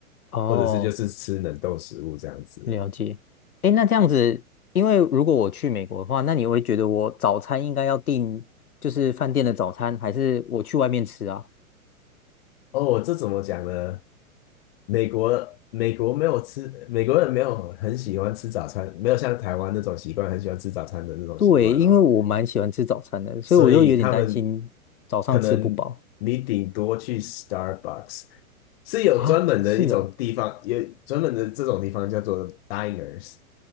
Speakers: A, on the left (about 80°); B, on the left (about 45°).
A: 哦，
B: 或者是就是吃冷冻食物这样子。
A: 了解，诶，那这样子，因为如果我去美国的话，那你会觉得我早餐应该要订就是饭店的早餐，还是我去外面吃啊？
B: 哦，这怎么讲呢？美国美国没有吃，美国人没有很喜欢吃早餐，没有像台湾那种习惯，很喜欢吃早餐的那种习惯哦。
A: 对，因为我蛮喜欢吃早餐的，所以我又有点担心早上吃不饱
B: 所以他们可能你顶多去 Starbucks，是有专门的一种地方，
A: 啊。是哦，
B: 有专门的这种地方叫做 diners，